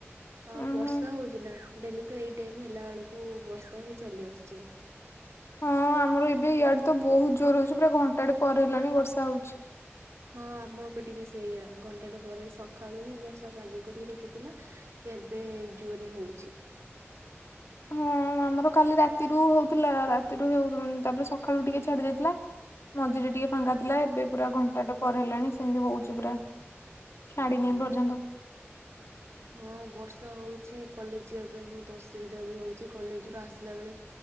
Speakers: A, on the right (about 85°); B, on the left (about 70°).
A: ଆଉ
B: ଉହୁଁ
A: ବର୍ଷା ହଉଛି ନା ଡେଲି ତ ଏଇ ଟାଇମ ହେଲା ବେଳକୁ ବର୍ଷା ହିଁ ଚାଲି ଆସୁଛି।
B: ହଁ ଆମର ଏବେ ଇଆଡେ ତ ବହୁତ ଜୋର ହଉଛି ପୁରା ଘଣ୍ଟାଟେ ପରେ ହେଲାଣି ବର୍ଷା ହଉଛି।
A: ହଁ ଆମ ଏପଟେ ବି ସେଇୟା ଘଣ୍ଟାଟେ ପରେ ସକାଳୁ ହି ବର୍ଷା ପାଗ କରିକି ରଖିଥିଲା ଏବେ ଜୋରେ ହଉଛି।
B: ହଁ ଆମର କାଲି ରାତିରୁ ହଉଥିଲା ରାତିରୁ ହଉ ତାପରେ ସକାଳୁ ଟିକେ ଛାଡି ଯାଇଥିଲା। ମଝିରେ ଟିକେ ଫାଙ୍କା ଥିଲା ଏବେ ପୁରା ଘଣ୍ଟାଟେ ପରେ ହେଲାଣି ସେମିତି ହଉଛି ପୁରା। ଛାଡିିନି
A: ଅ
B: ଏପର୍ଯ୍ୟନ୍ତ।
A: ହଁ ବର୍ଷା ହଉଛି କଲେଜ ଯିବା ପାଇଁ ବହୁତ ଅସୁବିଧା ବି ହଉଛି କଲେଜ ରୁ ଆସିଲା ବେଳେ